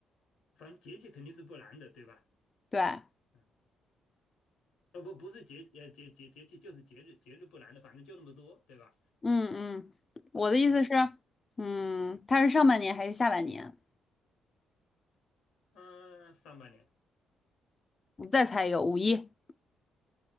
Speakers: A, on the left (about 80°); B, on the left (about 30°).
A: 反正节气肯定是不难的，对吧？
B: 对，
A: 嗯，呃不不是节呃节节节气就是节日节日不难的，反正就那么多，对吧？
B: 嗯嗯，我的意思是，
A: 嗯
B: 嗯，它是上半年还是下半年？
A: 啊，上半年
B: 你再猜一个，五一